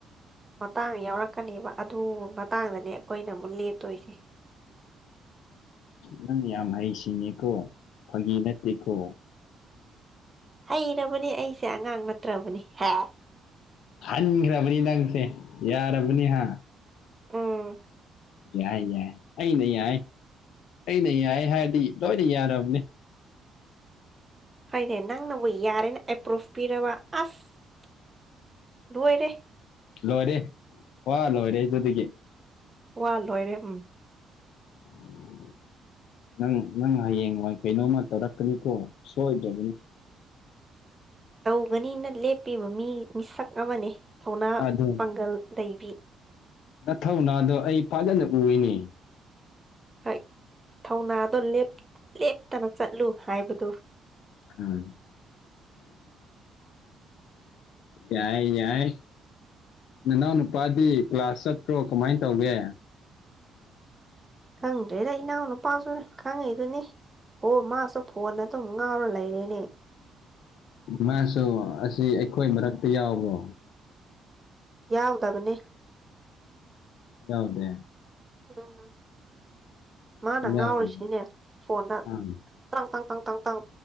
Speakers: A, on the right; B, on the left.
A: ꯃꯇꯥꯡ ꯌꯥꯎꯔꯛ ꯀꯅꯤꯕ ꯑꯗꯨ ꯃꯇꯥꯡꯗꯅꯦ ꯑꯈꯣꯏꯅ ꯑꯃꯨꯛ ꯂꯦꯞꯇꯣꯏꯁꯦ
B: ꯅꯪ ꯌꯥꯝ ꯍꯩ ꯁꯤꯡꯉꯦꯀꯣ ꯐꯥꯒꯤ ꯅꯠꯇꯦꯀꯣ
A: ꯍꯩꯔꯕꯅꯤ ꯑꯩꯁꯦ ꯑꯉꯥꯡ ꯅꯠꯇ꯭ꯔꯕꯅꯤ ꯍꯦ
B: ꯍꯟꯒ꯭ꯔꯕꯅꯤ ꯅꯪꯁꯦ ꯌꯥꯔꯕꯅꯤ ꯍꯥ
A: ꯎꯝ
B: ꯌꯥꯏ ꯌꯥꯏ ꯑꯩꯅ ꯌꯥꯏ ꯑꯩꯅ ꯌꯥꯏ ꯍꯥꯏꯔꯗꯤ ꯂꯣꯏꯅ ꯌꯥꯔꯕꯅꯤ
A: ꯍꯣꯏꯅꯦ ꯅꯪꯅꯕꯨ ꯌꯥꯔꯦꯅ ꯑꯦꯄ꯭ꯔꯨꯐ ꯄꯤꯔꯕ ꯑꯁ ꯂꯣꯏꯔꯦ
B: ꯂꯣꯏꯔꯦ ꯋꯥ ꯂꯣꯏꯔꯦ ꯑꯗꯨꯗꯒꯤ
A: ꯋꯥ ꯂꯣꯏꯔꯦꯝ
B: <inaudible> ꯅꯪ ꯅꯪ ꯍꯌꯦꯡ ꯋꯥꯏ ꯀꯩꯅꯣꯝꯃ ꯇꯧꯔꯛꯀꯅꯤꯀꯣ ꯁꯣꯏꯗ꯭ꯔꯕꯅꯤ
A: ꯇꯧꯒꯅꯤꯅ ꯂꯦꯞꯄꯤꯕ ꯃꯤ ꯃꯤꯁꯛ ꯑꯃꯅꯦ ꯊꯧꯅꯥ
B: ꯑꯗꯨ
A: ꯄꯥꯡꯒꯜ ꯂꯩꯕꯤ꯫
B: ꯅꯊꯧꯅꯥꯗꯣ ꯑꯩ ꯐꯥꯖꯅ ꯎꯌꯦꯅꯦ꯫
A: ꯍꯣꯏ ꯊꯧꯅꯥꯗꯣ ꯂꯦꯞ ꯂꯦꯞꯇꯅ ꯆꯠꯂꯨ ꯍꯥꯏꯕꯗꯨ
B: ꯎꯝ ꯌꯥꯏ ꯌꯥꯏ ꯅꯅꯥꯎꯅ ꯅꯨꯄꯥꯗꯤ ꯀ꯭ꯂꯥꯁ ꯆꯠꯄ꯭ꯔꯣ ꯀꯃꯥꯏꯟ ꯇꯧꯒꯦ
A: ꯈꯪꯗ꯭ꯔꯦꯗ ꯏꯅꯥꯎ ꯅꯨꯄꯥꯁꯨꯅꯤ ꯈꯪꯉꯤꯗꯨꯅꯤ꯫ ꯍꯣ ꯃꯥꯁꯨ ꯐꯣꯟ ꯑꯗꯨꯝ ꯉꯥꯎꯔ ꯂꯩꯔꯦꯅꯦ꯫
B: ꯃꯥꯁꯨ ꯑꯁꯤ ꯑꯩꯈꯣꯏ ꯃꯔꯛꯇ ꯌꯥꯎꯕ꯭ꯔꯣ꯫
A: ꯌꯥꯎꯗꯕꯅꯤ꯫
B: ꯌꯥꯎꯗꯦ꯫
A: ꯎꯝ ꯃꯥꯅ
B: ꯌꯥꯎꯗꯦ
A: ꯉꯥꯎꯔꯤꯁꯤꯅꯦ ꯐꯣꯟꯗ꯫
B: ꯑꯥ
A: ꯇ꯭ꯔꯥꯡ ꯇꯥꯡ ꯇꯥꯡ ꯇꯥꯡ ꯇꯥꯡ